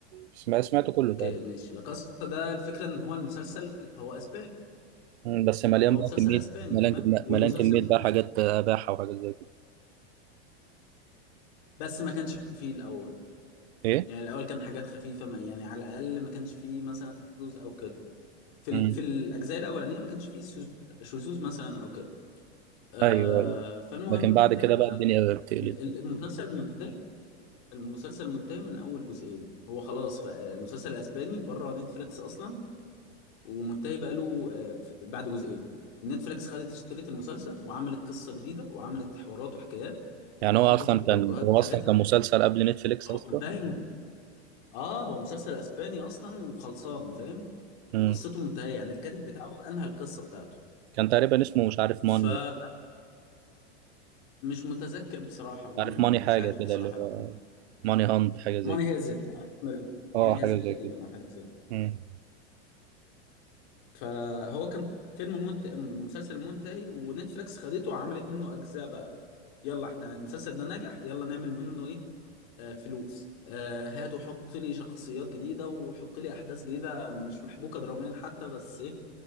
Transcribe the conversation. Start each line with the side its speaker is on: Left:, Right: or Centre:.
Right: سمعت سمعته كله
Left: اوكي
Right: تقريبا
Left: ماشي لاكاسا ده الفكرة إن هو المسلسل هو أسباني
Right: مم، بس مليان
Left: هو
Right: بقى
Left: مسلسل
Right: كميه
Left: أسباني
Right: مليان
Left: تمام والمسلسل
Right: مليان كميه بقى حاجات اباحه وحاجات زي كده
Left: بس ما كانش فيه الأول
Right: ايه
Left: يعني الأول كان حاجات خفيفة ما يعني على الأقل ما كانش فيه مثلا شذوذ أو كده في ال...
Right: امم
Left: في الأجزاء الأولانية ما كانش فيه شذوذ شذوذ مثلا أو كده آه
Right: ايوه ايوه
Left: فالمهم
Right: لكن بعد
Left: آه
Right: كده بقى الدنيا بتقلب
Left: ال- ال- المسلسل الفكرة منتهي المسلسل منتهي من اول جزئين هو خلاص فالمسلسل الاسباني بره نتفليكس اصلا ومنتهي بقاله آه ف- بعد جزئين نتفليكس خدت اشترت المسلسل وعملت قصة جديدة وعملت حوارات وحكايات
Right: يعني هو
Left: وحطت
Right: اصلا
Left: التوجهات
Right: كان هو
Left: بتاعتها
Right: اصلا كان مسلسل قبل نتفليكس
Left: هو
Right: اصلا
Left: منتهي من- <laughs> اه هو مسلسل اسباني اصلا وخلصان فاهم
Right: امم
Left: وقصته منتهية يعني الكاتب بتاعه انهى القصة بتاعته
Right: كان تقريبا اسمه مش عارف
Left: فمش
Right: ماني
Left: متذكر بصراحة
Right: مش عارف
Left: يعني
Right: ماني
Left: مش
Right: حاجه
Left: عارف
Right: كده
Left: بصراحة
Right: اللي هو
Left: لا
Right: ماني هانت حاجه زي
Left: ماني
Right: كده
Left: هيزت
Right: اه
Left: ماني
Right: حاجه
Left: هيزت
Right: زي
Left: تقريبا
Right: كده
Left: او حاجه زي كده.
Right: امم
Left: فهو كان فيلم منت... مسلسل منتهي ونتفليكس خدته وعملت منه اجزاء بقى يلا احنا المسلسل ده نجح يلا نعمل منه ايه آه فلوس آه هات وحط لي شخصيات جديده وحط لي احداث جديده مش محبوكه دراميا حتى بس ايه